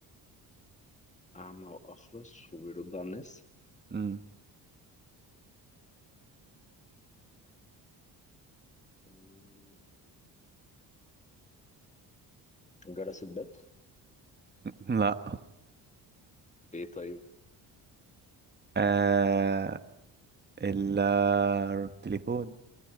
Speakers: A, on the left; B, on the right.
A: اعمى واخرس وبيرد على الناس
B: مم.
A: آه، جرس الباب
B: <laughs> لا
A: ايه طيب
B: آه ال- التليفون